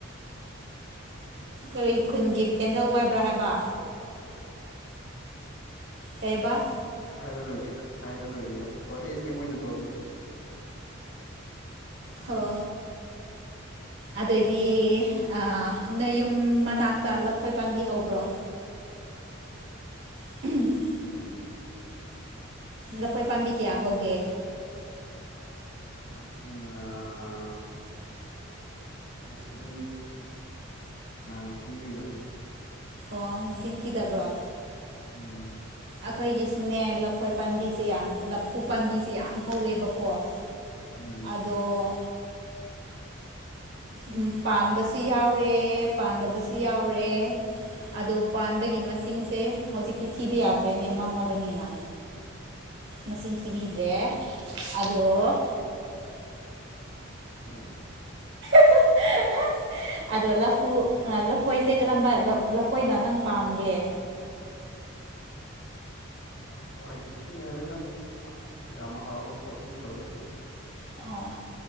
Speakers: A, on the left (about 60°); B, on the right (about 55°).
A: <unintelligible>
B: ꯀꯔꯤ ꯈꯨꯟꯒꯤ ꯀꯦꯟꯗꯜ ꯋꯥꯏꯕ꯭ꯔꯥ ꯍꯥꯏꯕ ꯀꯦꯕꯥ
A: ꯍꯥꯏꯔꯔꯣꯏꯒꯦꯗ ꯍꯥꯏꯔꯔꯣꯏꯒꯦꯗ ꯋꯥꯔꯤꯁꯦꯝꯃꯣꯏꯅ ꯇꯧꯁꯤꯗ
B: ꯍꯣ ꯑꯗꯣꯏꯗꯤ ꯑ ꯅꯣꯏ ꯌꯨꯝ ꯃꯅꯥꯛꯇ ꯂꯐꯣꯏ ꯄꯥꯝꯕꯤ ꯍꯧꯕ꯭ꯔꯣ <unintelligible>
A: ꯎꯝ
B: ꯂꯐꯣꯏ ꯄꯥꯝꯕꯤ ꯀꯌꯥ ꯍꯧꯒꯦ
A: <unintelligible> ꯃꯁꯤꯡ ꯀꯅꯥꯅ ꯊꯤꯗꯣꯏꯅꯣꯗ
B: ꯑꯣ ꯃꯁꯤꯡ ꯊꯤꯗꯕ꯭ꯔꯣ
A: ꯎꯝ
B: ꯑꯈꯣꯏꯒꯤꯁꯨꯅꯦ ꯂꯐꯣꯏ ꯄꯥꯟꯕꯤꯁꯦ ꯌꯥꯝ ꯂꯐꯨ ꯄꯥꯟꯕꯤꯁꯦ ꯌꯥꯝ ꯍꯧꯋꯦꯕꯀꯣ <inaudible>
A: ꯎꯝ
B: ꯇꯣ ꯎꯝ ꯄꯥꯟꯕꯁꯨ ꯌꯥꯎꯔꯦ ꯄꯥꯟꯗꯕꯁꯨ ꯌꯥꯎꯔꯦ ꯑꯗꯣ ꯄꯥꯟꯕꯒꯤ ꯃꯁꯤꯡꯁꯦ ꯍꯧꯖꯤꯛꯇꯤ ꯊꯤꯕ ꯌꯥꯗ꯭ꯔꯦꯅꯦ ꯃꯝꯃꯕꯅꯤꯅ ꯃꯁꯤꯡ ꯊꯤꯕꯤꯗ꯭ꯔꯦ ꯑꯗꯣ
A: ꯎꯝ
B: <unintelligible> ꯑꯗꯣ ꯂꯐꯨ ꯑ ꯂꯐꯣꯏꯁꯦ ꯀꯔꯝꯕ ꯂꯧ ꯂꯐꯣꯏꯅ ꯅꯪ ꯄꯥꯝꯒꯦ
A: ꯑ ꯍꯣꯏ ꯍꯦꯛꯇ ꯌꯥꯔꯦꯗ ꯍ ꯌꯥꯝ ꯍꯥꯎꯕ ꯄꯣꯠꯁꯨ ꯅꯠꯇꯕꯗꯨꯕꯨ
B: ꯑꯣ